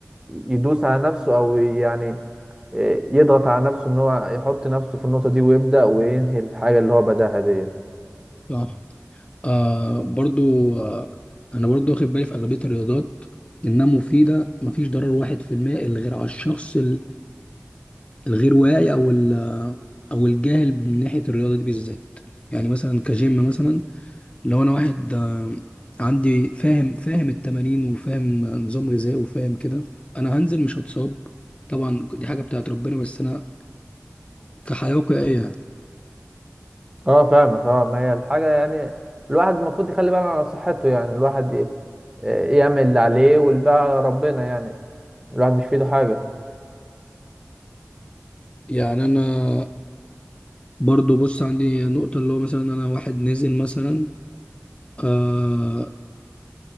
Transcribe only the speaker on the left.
صح آه برضو آه انا برضو واخد بالي في اغلبيه الرياضات انها مفيده مفيش ضرر واحد في المية إلا غير على الشخص الغير واعي او ال- او الجاهل من ناحيه الرياضه دي بالذات يعني مثلا كجيم مثلا لو انا واحد آه، عندي فاهم فاهم التمارين وفاهم نظام غذائي وفاهم كده انا هنزل مش هتصاب طبعا دي حاجه بتاعت ربنا بس انا كحياه واقعيه يعني
يعني انا برضو بص عندي نقطه اللي هو مثلا انا واحد نزل مثلا آه،